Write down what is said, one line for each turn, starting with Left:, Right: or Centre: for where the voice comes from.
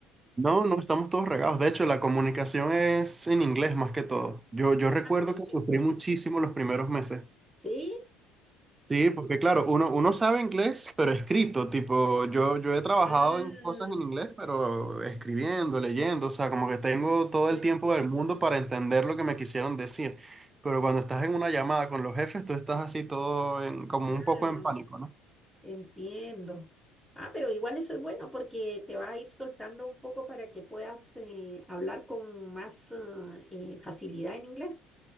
Right: No, no estamos todos regados. De hecho, la comunicación es en inglés más que todo. Yo, yo recuerdo
Centre: Perfecto.
Right: que sufrí muchísimo los primeros meses.
Centre: ¿Sí?
Right: Sí, porque claro, uno, uno sabe inglés, pero escrito, tipo, yo, yo he trabajado
Centre: Ah,
Right: en cosas en inglés, pero escribiendo, leyendo, o sea, como que tengo todo
Centre: entiendo.
Right: el tiempo del mundo para entender lo que me quisieron decir. Pero cuando estás en una llamada con los jefes, tú estás así todo en- como
Centre: Ah,
Right: un poco en pánico, ¿no?
Centre: Entiendo. Ah, pero igual eso es bueno porque te va a ir soltando un poco para que puedas eh, hablar con más eh, eh, facilidad en inglés.